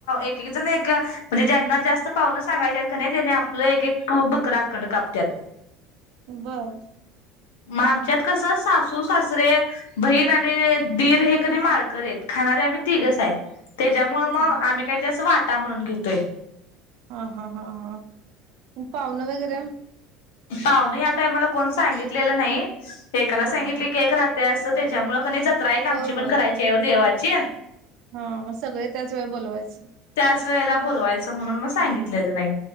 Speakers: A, on the left; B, on the right.
A: एकेक जण एक म्हणजे ज्यांना जास्त पाव्हन सांगायच्या आहेत का नाही त्यानी आपलं एक एक बकरा कापत्यात.
B: बर
A: मग आमच्यात कस सासू सासरे बहीण आणि दीर हे कनी माळकरी आहेत. खाणारे आम्ही तिघच आहे त्याच्यामुळे मग
B: बर
A: आम्ही काही ते अस वाटा म्हणून घेतोय.
B: हा हा हा हा पाव्हण वगैरे
A: पाव्हन या टायमाला कोण सांगितलेलं नाही एकाला
B: हा
A: सांगितले
B: हा
A: की एक राहतय अस त्याच्यामुळे कनी जत्रा आहे
B: होय
A: आमची
B: होय
A: पण करायची आहे देवाची
B: हा मग सगळे त्याच वेळी बोलवायच,
A: त्याच वेळेला बोलावायचं म्हणून मग सांगितलेलं नाही.